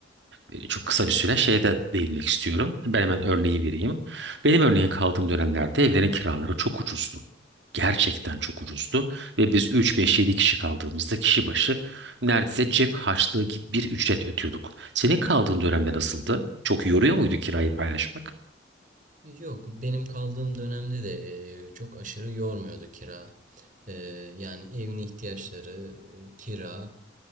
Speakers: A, on the right; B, on the right.
A: e, çok kısa bir süre şeye de değinmek istiyorum. Ben hemen örneği vereyim. Benim örneğin kaldığım dönemlerde evlerin kiraları çok ucuzdu. Gerçekten çok ucuzdu ve biz 3, 5, 7 kişi kaldığımızda kişi başı neredeyse cep harçlığı gibi bir ücret ödüyorduk. Senin kaldığın dönemde nasıldı? Çok yoruyor muydu kirayı paylaşmak?
B: Yok, benim kaldığım dönemde de e, çok aşırı yormuyordu kira. E, yani evin ihtiyaçları, e, kira,